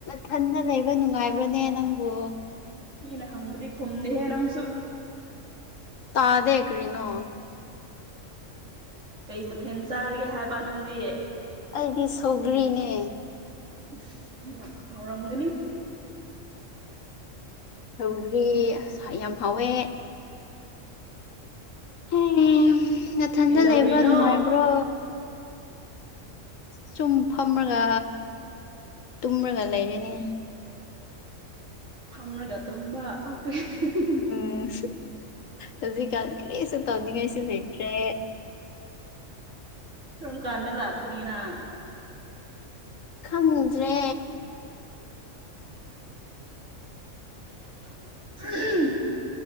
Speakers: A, on the left (about 75°); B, on the right (about 70°).
A: ꯊꯟꯗ ꯂꯩꯕ ꯅꯨꯡꯉꯥꯏꯕ꯭ꯔꯅꯦ ꯅꯪꯕꯨ?
B: ꯃꯤꯅ ꯍꯪꯕꯗꯤ ꯈꯨꯝꯗꯦꯍꯦ ꯅꯪꯁꯨ꯫
A: ꯇꯥꯗꯦ ꯀ꯭ꯔꯤꯅꯣ?
B: ꯀꯩ ꯃꯊꯦꯟ ꯆꯥꯔꯤꯒꯦ ꯍꯥꯏꯕ ꯅꯪꯗꯤ?
A: ꯑꯩꯗꯤ ꯁꯧꯒ꯭ꯔꯤꯅꯦ꯫
B: ꯑꯁ ꯌꯥꯝ ꯍꯥꯎꯔꯝꯒꯅꯤ꯫
A: ꯇꯧꯒ꯭ꯔꯤ ꯑꯁ ꯌꯥꯝ ꯍꯥꯎꯋꯦ꯫ ꯍꯦ ꯅꯥꯊꯟꯗ
B: ꯀꯩꯗꯧꯔꯤꯅꯣ
A: ꯂꯩꯕ ꯅꯨꯡꯉꯥꯏꯕ꯭ꯔꯣ? ꯁꯨꯝ ꯐꯝꯔꯒ ꯇꯨꯝꯔꯒ ꯂꯩꯔꯦꯅꯦ꯫
B: ꯐꯝꯔꯒ ꯇꯨꯝꯕ <unintelligible>
A: ꯎꯝ ꯍꯧꯖꯤꯛꯀꯥꯟ ꯀꯔꯤꯁꯨ ꯇꯧꯅꯤꯡꯉꯥꯏꯁꯨ ꯂꯩꯇ꯭ꯔꯦ꯫
B: ꯀꯔꯝ ꯀꯥꯟꯗꯤ ꯂꯥꯛꯀꯅꯤ ꯅꯪ?
A: ꯈꯪꯗ꯭ꯔꯦ
B: <unintelligible>